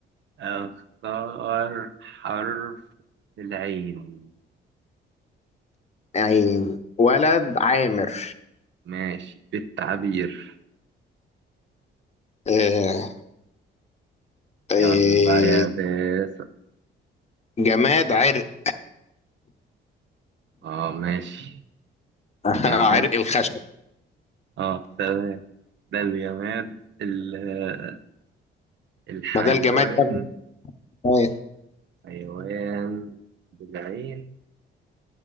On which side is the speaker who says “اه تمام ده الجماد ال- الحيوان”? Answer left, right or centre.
Right